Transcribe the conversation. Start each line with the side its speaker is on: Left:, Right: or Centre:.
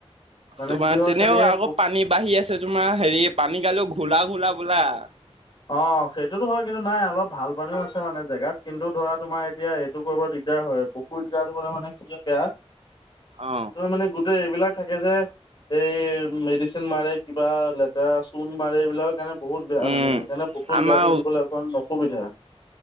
Left: মানে
Right: তোমাৰ
Left: কি হয়
Right: তেনেও
Left: খালি এই
Right: আকৌ পানী বাঢ়ি আছে তোমাৰ হেৰি পানী গালেও <unintelligible>
Left: অ সেইটোতো হয় কিন্তু নাই অলপ ভাল পানীও আছে মানে জেগাত কিন্তু ধৰা তোমাৰ এতিয়া এইটো কৰিব াৰ হয় পুখুৰীত গা ধুলে মানে কি বেয়া
Right: অ
Left: ত মানে গোটেই এইবিলাক থাকে যে এই মেডিচিন মাৰে কিবা লেতেৰা চূণ মাৰে এইবিলাকৰ কাৰণে বহুত বেয়া
Right: উম
Left: মানে মানে পুখুৰীত
Right: আমাৰ
Left: গা ধ ধুবলৈ অকণমান অসুবিধা